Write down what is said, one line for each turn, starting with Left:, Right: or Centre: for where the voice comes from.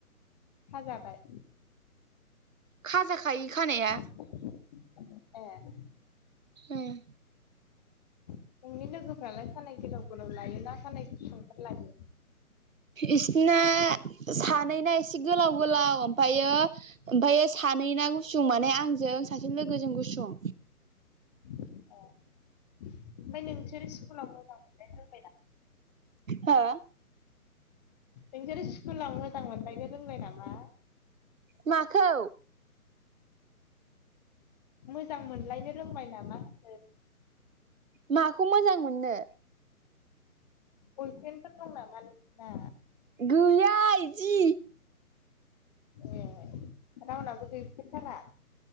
Left: हाजाबाय
Right: खाजाखायो खानाया
Left: अअ ए
Right: उम
Left: नोंनि लोगोफ्रालाय खानाय गोलाव गोलाव लायो ना खानाय गुसुंफोर लायो?
Right: इसिना सानैना एसे गोलाव गोलाव ओमफायो ओमफायो सानै ना गुसुं माने आंजों सासे लोगोजों गुसुं
Left: अ ओमफाय नोंसोर स्कुलाव मोजां मोनलायथार
Right: हो
Left: नोंसोर स्कुलाव मोजां मोनलायनो रोंबाय नामा?
Right: माखौ?
Left: मोजां मोनलायनो रोंबाय नामा होन
Right: माखौ मोजां मोननो?
Left: बयफ्रेन्फोर दं नामा नोंसिना?
Right: गैया इदि
Left: ए रावनाबो गैफेरथारा?